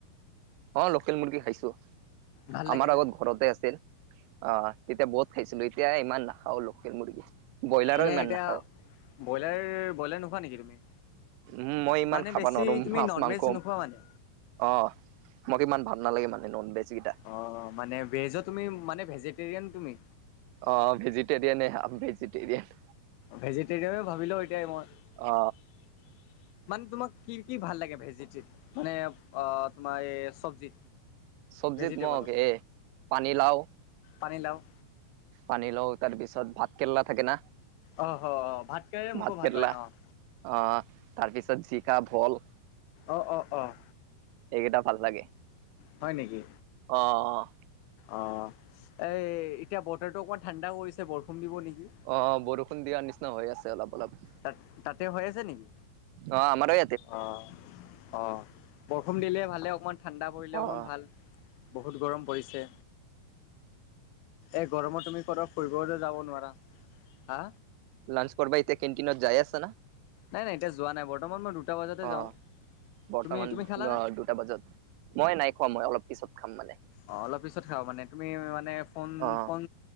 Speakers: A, on the right; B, on the left.
A: অ' লোকেল মুৰ্গী খাইছোঁ,
B: ভাল লাগে
A: আমাৰ আগত
B: না
A: ঘৰতে আছিল। অ' তেতিয়া বহুত খাইছিলোঁ এতিয়া ইমান নাখাওঁ লোকেল মুৰ্গী। ব্ৰইলাৰো
B: এনেই
A: ইমান
B: এতিয়া,
A: নাখাওঁ
B: ব্ৰইলাৰ ব্ৰইলাৰ নোখোৱা নেকি তুমি?
A: উম, মই ইমান
B: মানে
A: খাব
B: বেছি
A: নোৱাৰো মাছ
B: তুমি নন
A: মাংস।
B: ভেজ নোখোৱা মানে
A: অ' মোক ইমান ভাল নালাগে মানে নোনভেজ কেইটা।
B: অ' মানে ভেজো তুমি মানে ভেজিটেৰিয়ান তুমি।
A: অ' ভেজিটেৰিয়ানে আমি ভেজিটেৰিয়ন।
B: ভেজিটেৰিয়ান ভাবি লওঁ এতিয়াই মই।
A: অ
B: মানে তোমাক কি কি ভাল লাগে ভেজিটি মানে অ' তোমাৰ এই চব্জি।
A: চব্জিত
B: ভেজিটেবলৰ,
A: মোক এ পানীলাও
B: পানীলাও।
A: পানীলাও তাৰ পিছত ভাত কেৰেলা থাকে না।
B: অ', অ', ভাতকাইৰে
A: ভাত
B: মোকো ভাল
A: কেৰেলা
B: পায় অ'।
A: অ' তাৰপিছত জিকা, ভোল।
B: অ' অ' অ'
A: এইকেইটা ভাল লাগে।
B: হয় নেকি
A: অ', অ'।
B: অ' এই এতিয়া বতৰটো অকমান ঠাণ্ডা কৰিছে বৰষুণ দিব নেকি।
A: অ', অ', বৰষুণ দিয়াৰ নিচিনা হৈ আছে অলপ অলপ।
B: তাত তাতে হৈ আছে নেকি?
A: অ' আমাৰে
B: অ', অ', বৰষুণ দিলে ভালে অকমান ঠাণ্ডা পৰিলে
A: অ
B: অকমান
A: অ
B: ভাল। বহুত গৰম পৰিছে। এই গৰমত তুমি পদ ফুৰিবলৈ যাব নোৱাৰা, হা?
A: লাঞ্চ কৰবা এতিয়া কেনটিনত যাই আছা না?
B: নাই নাই এতিয়া যোৱা নাই বৰ্তমান মই দুটা বজাতে
A: অ
B: যাওঁ।
A: বৰ্তমান
B: তুমি তুমি খালানে?
A: ন' দুটা বজাত, মই নাই খোৱা মই অলপ পিছত খাম মানে।
B: অ' অলপ পিছত খাওঁ মানে তুমি মানে ফোন
A: অ
B: ফোন